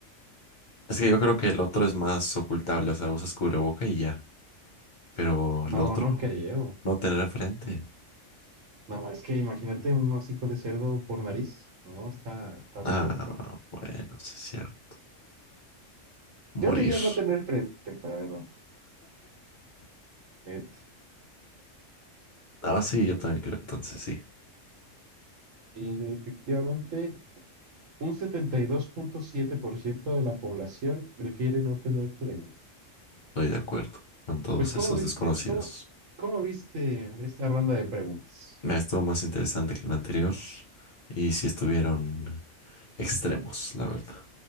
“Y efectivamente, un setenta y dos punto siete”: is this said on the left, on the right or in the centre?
Right